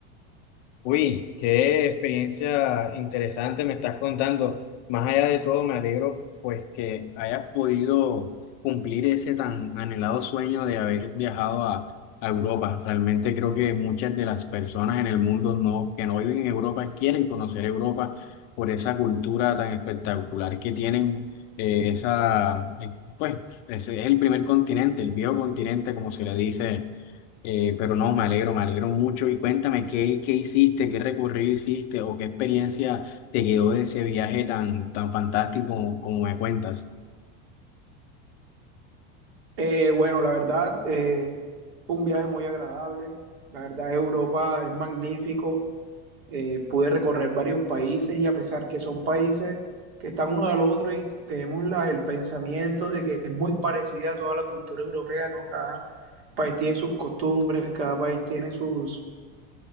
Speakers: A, on the left; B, on the right.
A: Uy, qué experiencia interesante me estás contando. Más allá de todo, me alegro pues que hayas podido cumplir ese tan anhelado sueño de haber viajado a, a Europa. Realmente creo que muchas de las personas en el mundo no, que no viven en Europa quieren conocer Europa por esa cultura tan espectacular que tienen. eh, esa, eh, pues, ese es el primer continente, el viejo continente, como se le dice eh, pero no, me alegro, me alegro mucho. Y cuéntame, ¿qué, qué hiciste, qué recorrido hiciste o qué experiencia te quedó de ese viaje tan, tan fantástico como, como me cuentas?
B: Eh, bueno, la verdad eh, fue un viaje muy agradable. La verdad Europa es magnífico. Eh, pude recorrer varios países y a pesar que son países que están uno del otro y tenemos la, el pensamiento de que es muy parecida a toda la cultura europea, ¿no? Cada país tiene sus costumbres, cada país tiene sus,